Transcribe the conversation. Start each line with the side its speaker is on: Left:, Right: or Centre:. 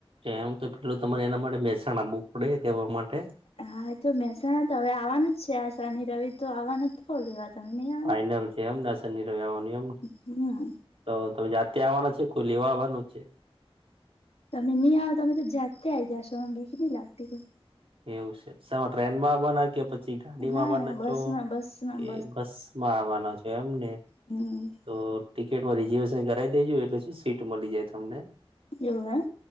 Right: એમ તો પેલું તમારે એના માટે મહેસાણ આપવું પડે તેવા માટે.
Left: હા તો મહેસાણા તો હવે આવવાનું જ છે, આ શનિ રવિ તો આવવાનું જ ખો લેવા તમે ન.
Right: ફાઈનલ છે, એમ દશન ની રવાની એમ.
Left: હમ
Right: તો તમે જાતે આવવાના છે, કોઈ લેવા આવવાનું છે.
Left: તમે ન આવ તમે તો જાતે આ જશોમાં બીક નઈ લાગતી કોઈ.
Right: એવું છે, સામે ટ્રેનમાં બના કે પછી. પછી ગાડીમાં
Left: કોઈ ના
Right: આવવાના
Left: ના બસ
Right: છો
Left: માં બસ માં
Right: કે બસ માં આવવાના છો એમને.
Left: હમ
Right: તો ટિકિટમાં રીઝર્વેશન કરાવી દેજો એટલે શું સીટ મળી જાય તમને.
Left: એવું એમ